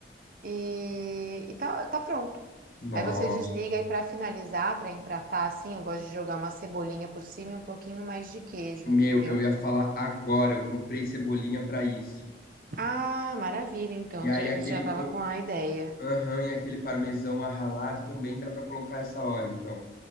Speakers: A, on the right; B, on the left.
A: e, e tá, tá pronto.
B: Nossa.
A: Aí você desliga e para finalizar, para empratar assim, eu gosto de jogar uma cebolinha por cima e um pouquinho mais de queijo,
B: Meu,
A: entendeu?
B: eu ia falar agora, eu comprei cebolinha pra isso.
A: Ah, maravilha, então,
B: E aí
A: já,
B: aquele
A: você já tava com a ideia.
B: Aham, e aquele parmesão a ralar também dá pra colocar essa hora, então.